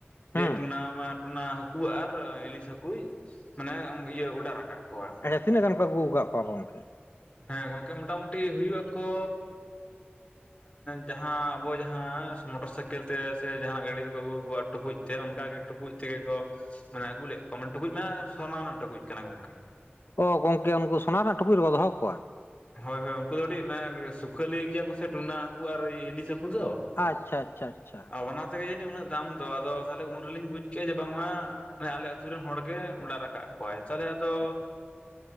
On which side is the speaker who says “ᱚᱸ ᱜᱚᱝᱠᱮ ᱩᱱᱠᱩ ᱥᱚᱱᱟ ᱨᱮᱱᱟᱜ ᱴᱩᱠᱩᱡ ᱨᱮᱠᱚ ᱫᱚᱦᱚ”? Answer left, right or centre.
Left